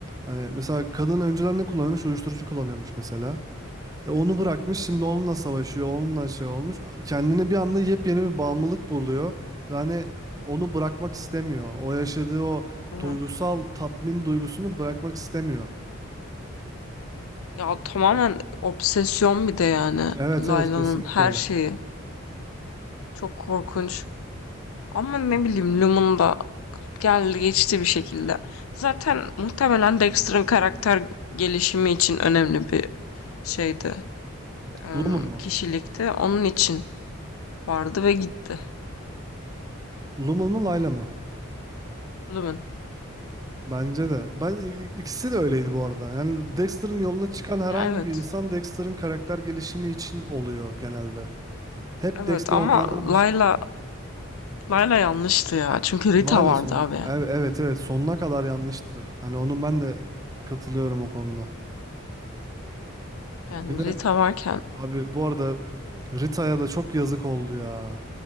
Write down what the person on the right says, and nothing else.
Hani mesela kadın önceden ne kullanıyormuş? Uyuşturucu kullanıyormuş mesela. E onu bırakmış şimdi onunla savaşıyor, onunla şey olmuş. Kendini bir anda yepyeni bir bağımlılık buluyor. Ve hani onu bırakmak istemiyor. O yaşadığı o
duygusal tatmin duygusunu bırakmak istemiyor.
Evet
evet kesinlikle
öyle.
Lumen mu?
Lumen mu Layla mı?
Bence de. Ben i- i- ikisi de öyleydi bu arada. Yani Dexter'ın yoluna çıkan herhangi
bir insan Dexter'ın karakter gelişimi için oluyor genelde. Hep
Dexter
onlardan bir
şey
Layla
son
ev- evet evet sonuna kadar yanlıştı. Hani onu ben de katılıyorum o konuda.
Bir de
abi bu arada Rita'ya da çok yazık oldu ya.